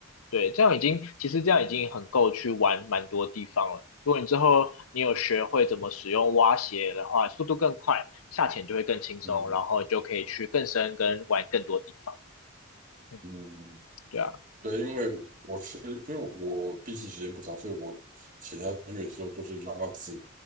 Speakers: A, on the left (about 85°); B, on the right (about 35°).
A: 对，这样已经其实这样已经很够去玩蛮多地方了。如果你之后你有学会怎么使用蛙鞋的话，速度更快，下潜就会更轻松，
B: 嗯
A: 然后就可以去更深跟玩更多地方。嗯，
B: 嗯嗯。
A: 对啊。
B: 对，因为我是因为我闭气时间不长，所以我写下去的时候都是让它自，